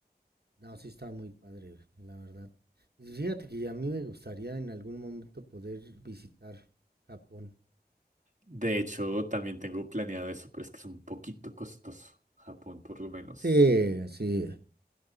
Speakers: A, on the right; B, on the right.
A: No, sí está muy padre, la verdad. Y Fíjate que a mí me gustaría en algún momento poder visitar Japón.
B: De hecho, también tengo planeado eso, pero es que es un poquito costoso. Japón, por lo menos.
A: Sí, sí,